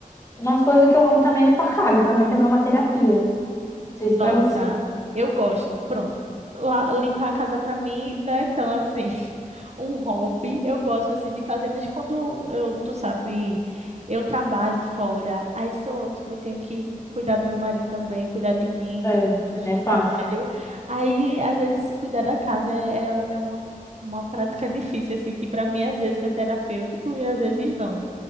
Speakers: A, on the left (about 20°); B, on the right (about 50°).
A: umas coisas que eu amo também é limpar a casa. Pra mim também é uma terapia. Não sei se pra
B: Nossa,
A: você
B: eu gosto. Pronto, la- limpar a casa pra mim não é tão assim <laughs> um hobby. Eu gosto assim de fazer, mas quando eu, tu sabe, eu trabalho fora, aí sou, tipo, tenho que cuidar do meu marido também, cuidar de mim,
A: é,
B: fazer as coisas
A: é
B: do
A: fácil.
B: trabalho. Aí, às vezes, cuidar da casa é, é, é uma Uma prática difícil, assim, que pra mim às vezes é terapêutico e às vezes não.